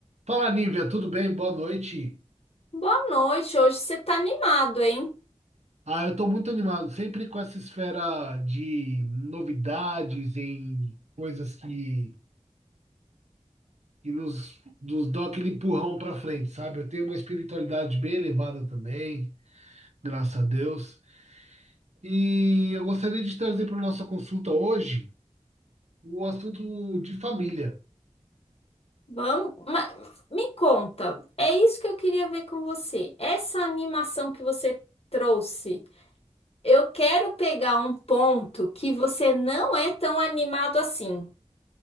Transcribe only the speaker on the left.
Boa noite, hoje você tá animado, hein?
Vamos, ma- me conta, é isso que eu queria ver com você. Essa animação que você trouxe, eu quero pegar um ponto que você não é tão animado assim.